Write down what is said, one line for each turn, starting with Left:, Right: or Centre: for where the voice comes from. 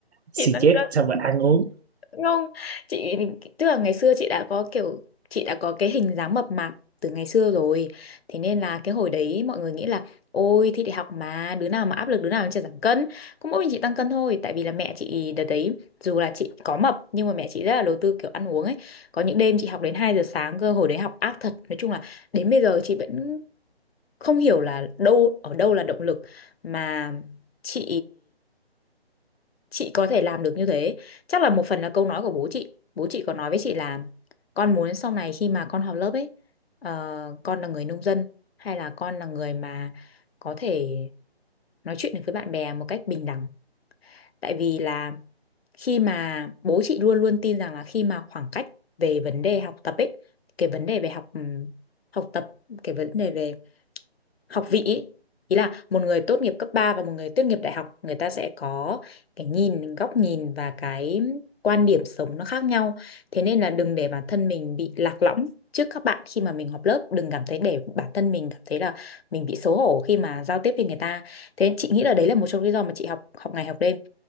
Right: xì
Left: Chị tăng
Right: chết
Left: cân.
Right: xong rồi ăn uống
Left: Không, chị tức là ngày xưa chị đã có kiểu chị đã có cái hình dáng mập mạp từ ngày xưa rồi. Thế nên là cái hồi đấy mọi người nghĩ là ôi thi đại học mà đứa nào mà áp lực đứa nào chả giảm cân. Cũng mỗi mình chị tăng cân thôi tại vì là mẹ chị đợt đấy dù là chị có mập nhưng mà mẹ chị rất là đầu tư kiểu ăn uống ấy. Có những đêm chị học đến 2 giờ sáng cơ, hồi đấy học ác thật. Nói chung là đến bây giờ chị vẫn không hiểu là đâu ở đâu là động lực mà chị chị có thể làm được như thế chắc là một phần là câu nói của bố chị bố chị có nói với chị là con muốn sau này khi mà con học lớp ấy ờ, con là người nông dân hay là con là người mà có thể nói chuyện được với bạn bè một cách bình đẳng tại vì là khi mà bố chị luôn luôn tin rằng là khi mà khoảng cách về vấn đề học tập ấy cái vấn đề về học ừm, học tập cái vấn đề về học vị ý, ý là một người tốt nghiệp cấp 3 và một người tốt nghiệp đại học người ta sẽ có cái nhìn góc nhìn và cái quan điểm sống nó khác nhau thế nên là đừng để bản thân mình bị lạc lõng trước các bạn khi mà mình học lớp đừng cảm thấy để bản thân mình cảm thấy là mình bị xấu hổ khi mà giao tiếp với người ta thế chị nghĩ là đấy là một trong lý do mà chị học học ngày học đêm